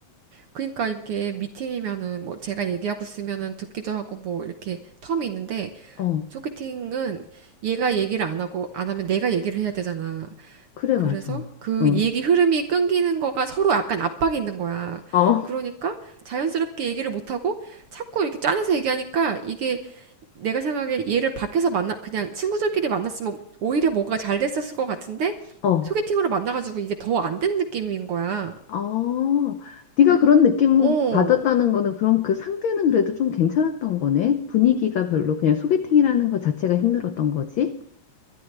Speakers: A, on the right; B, on the left.
A: 그러니까 이게 미팅이면은 뭐 제가 얘기하고 있으면은 듣기도 하고 뭐 이렇게 텀이 있는데
B: 어,
A: 소개팅은 얘가 얘기를 안 하고 안 하면 내가 얘기를 해야 되잖아.
B: 그래,
A: 그래서
B: 맞아.
A: 그
B: 어,
A: 얘기 흐름이 끊기는 거가 서로 약간 압박이 있는 거야.
B: 어,
A: 그러니까 자연스럽게 얘기를 못 하고 자꾸 이렇게 짜내서 얘기하니까 이게 내가 생각에 얘를 밖에서 만나 그냥 친구들끼리 만났으면 오히려 뭔가 잘 됐었을 것 같은데
B: 어.
A: 소개팅으로 만나가지고 이게 더 안 된 느낌인 거야.
B: 아, 네가
A: 그래,
B: 그런 느낌
A: 어,
B: 받았다는 거는 그럼 그 상대는 그래도 좀 괜찮았던 거네. 분위기가 별로 그냥 소개팅이라는 거 자체가 힘들었던 거지.